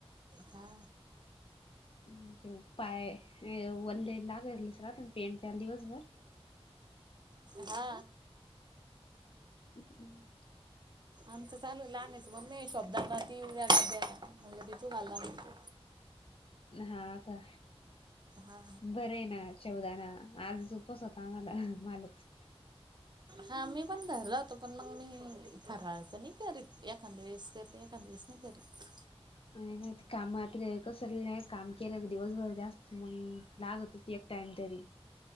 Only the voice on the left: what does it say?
<inaudible> ते पाय वले लाग पेत्या दिवसभर.
हम्.
हा का
बरं आहे ना चवदा ना आज झ उपस होता आम्हाला. मालच.
नाही माहिती कामात कसं नाही काम केलं की दिवसभर जास्त मग, लागतच एक टाइम तरी.